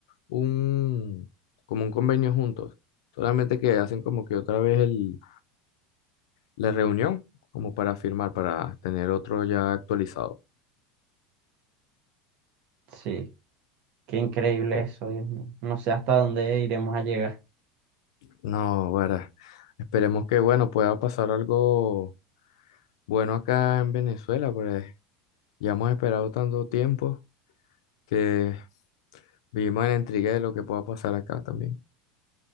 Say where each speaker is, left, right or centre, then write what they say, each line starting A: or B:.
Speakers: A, on the left; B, on the right.
A: un, como un convenio juntos. Solamente que hacen como que otra vez el la reunión como para firmar, para tener otro ya actualizado.
B: Sí, qué increíble eso, Dios mío. No sé hasta dónde iremos a llegar.
A: No, bueno, esperemos que, bueno, pueda pasar algo bueno acá en Venezuela, pues ya hemos esperado tanto tiempo que vivimos en la intriga de lo que pueda pasar acá también.